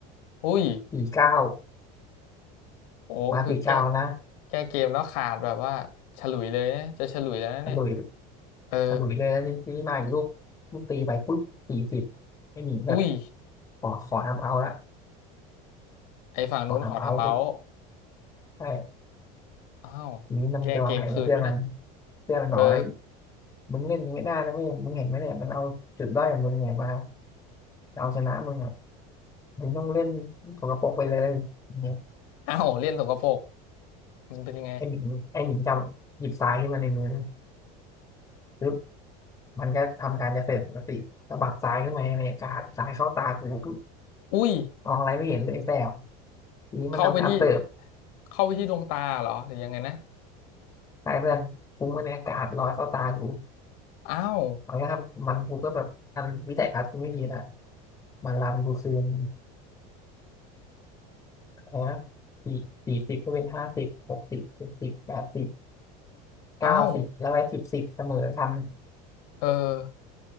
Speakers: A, on the left; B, on the left.
A: อุ้ย
B: สี่เก้า
A: โอ้ก็คือแก้
B: มาสี่เก้านะ
A: แก้เกมแล้วขาดแบบว่าฉลุยเลยนะจะฉลุยแล้วนะเนี่ย
B: ฉลุย
A: เออ
B: ฉลุยเลยแล้วทีนี้มาอีกลูกลูกตีไปปุ๊บสี่สิบไม่หนีแบบ
A: อุ้ย
B: ขอขอทำเอาละ
A: ไอฝั่งนู้นขอทำเอาท์
B: ขอทำเอาปุ๊บใช่
A: อ้าวแก้เกมคืนปะเนี่ย
B: ทีนี้มันไปวางแผนกับเพื่อนมันเพื่อนมันบอกเฮ้ย
A: เออ
B: มึงเล่นอย่างนี้ไม่ได้นะไม่มึงเห็นไหมเนี่ยมันเอาจุดด้อยของมึงเนี่ยมาจะเอาชนะมึงอ่ะมึงต้องเล่นสกปรกไปเลยอย่างเนี่ย
A: อ้าวเล่นสกปรกมันเป็นยังไง
B: ไอหมิงไอหมิงจำหยิบทรายขึ้นมาในมือปึ๊บ มันก็ทำการเกษตรปกติสะบัดซ้ายขึ้นมาในอากาศซ้ายเข้าตากูปุ๊บ
A: อุ้ย
B: มองอะไรไม่เห็นเลยแสบทีนี้มันทำการเสิร์ฟ
A: เข้าไปที่เข้าไปที่ดวงตาเหรอหรือยังไงนะ
B: ใช้เพื่อนฟุ้งไปในอากาศลอยเข้าตากู
A: อ้าว
B: มันก็ทำมันกูก็แบบอันวิสัยทัศกูไม่ดีนะมันรันกูคืนอะไรนะสี่สี่สิบก็เป็นห้าสิบหกสิบเจ็ดสิบแปดสิบเก้าสิบแล้วไอ้สิบสิบเสมอกัน
A: อ้าวเออ